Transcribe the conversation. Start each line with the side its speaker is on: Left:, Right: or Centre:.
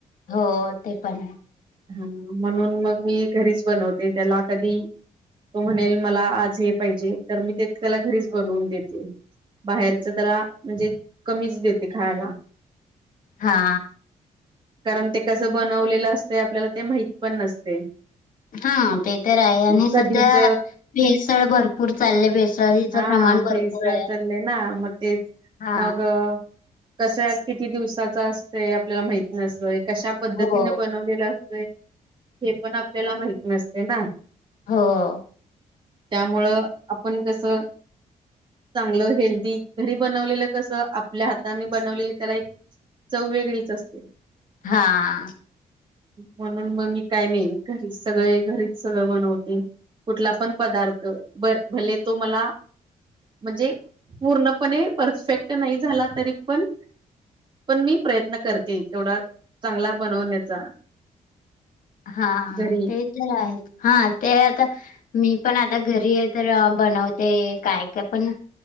Left: हो ते पण आहे.
Right: हा म्हणून मग मी घरीच बनवते, त्याला कधी तो म्हणेल मला आज हे पाहिजे, तर मी ते त्याला घरीच बनवून देेते. बाहेरच त्याला म्हणजे, कमीच देते खायला.
Left: हा.
Right: कारण ते कसं बनवलेलं असतंय, आपल्याला ते माहित पण नसतय.
Left: हां ते तर आहे. आणि
Right: मग
Left: सध्या
Right: कधीच
Left: भेसळ भरपूर चालले भेसळीचं
Right: हा
Left: प्रमाण भरपूर
Right: भेसळ
Left: आहे.
Right: चाललय ना, मग तेच
Left: हा
Right: मग कस किती दिवसाच असतय आपल्याला माहित नसतय. कश्या पद्धतीने
Left: हो
Right: बनवलेलं अस तय, हे पण आपल्याला माहित नसतय ना.
Left: हो.
Right: त्यामुळं, आपण कसं चांगलं हेल्दी, घरी बनवलेलं कसं आपल्या हाताने बनवलेलं त्याला एक चव वेगळीच असते.
Left: हा.
Right: म्हणून मग मी काय नाही, घरीच सगळय घरीच सगळ बनवते. कुठला पण पदार्थ, बर भले तो मला म्हणजे, पूर्णपणे परफेक्ट नाही झाला तरी पण पण मी प्रयत्न करते, तेवढा चांगला बनवण्याचा.
Left: हा.
Right: घरी
Left: ते तर आहेच, हा, ते आता मी पण आता घरी आहे तर बनवते, काय काय पण